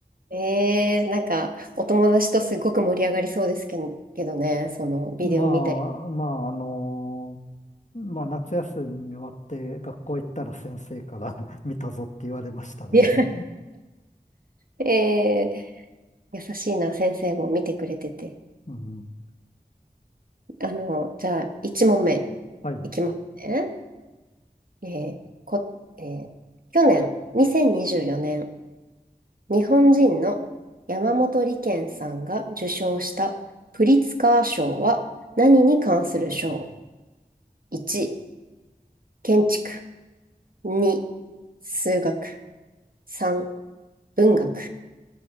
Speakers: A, on the right; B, on the left.
A: えー、なんか、お友達とすごく盛り上がりそうですけど、けどね、その、ビデオ見たり。
B: まあ、まあ、あの、まあ、夏休み終わって学校行ったら先生から <laughs> 見たぞって言われましたね。
A: <laughs> いやえー、優しいな、先生も見てくれてて。
B: うん、
A: あの、じゃあ、1問目
B: はい。
A: いきますね。えーこ、えー去年、2024年、日本人の山本理研さんが受賞したプリツカー賞は何に関する賞 ?1、建築。2、数学。3、文学。